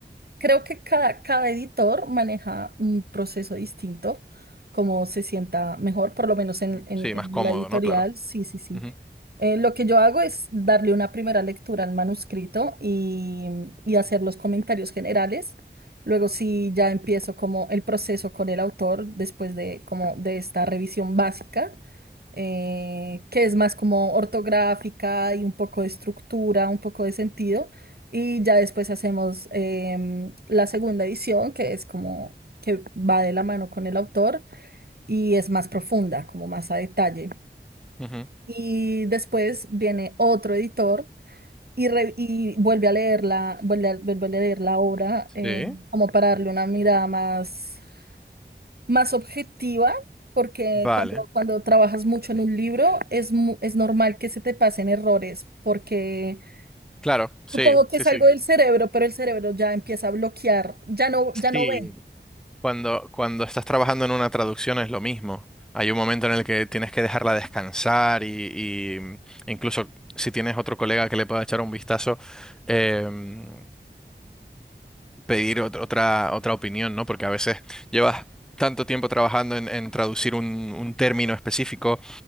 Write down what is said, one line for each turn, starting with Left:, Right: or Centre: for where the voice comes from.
Right: Creo que cada, cada editor maneja un proceso distinto, como se sienta mejor, por lo menos en, en-
Centre: Sí, más
Right: en
Centre: cómodo,
Right: la editorial.
Centre: ¿no? Claro.
Right: Sí, sí, sí.
Centre: Ujú,
Right: Eh, lo que yo hago es darle una primera lectura al manuscrito y, y hacer los comentarios generales. Luego sí ya empiezo como el proceso con el autor después de como de esta revisión básica eh, que es más como ortográfica y un poco de estructura, un poco de sentido. Y ya después hacemos em, la segunda edición, que es como que va de la mano con el autor y es más profunda, como más a detalle.
Centre: ujú.
Right: Y después viene otro editor y, re- y vuelve a leerla, vuelve a, vuelve a leer la obra eh,
Centre: Sí.
Right: como para darle una mirada más más objetiva, porque
Centre: Vale.
Right: cuando, cuando trabajas mucho en un libro es, mu- es normal que se te pasen errores, porque
Centre: Claro, sí,
Right: supongo que
Centre: sí,
Right: es
Centre: sí.
Right: algo del cerebro, pero el cerebro ya empieza a bloquear, ya no,
Centre: Sí.
Right: ya no ve.
Centre: Cuando, cuando estás trabajando en una traducción es lo mismo. Hay un momento en el que tienes que dejarla descansar y, y incluso si tienes otro colega que le pueda echar un vistazo, em, pedir ot- otra, otra opinión, ¿no? Porque a veces llevas tanto tiempo trabajando en, en traducir un, un término específico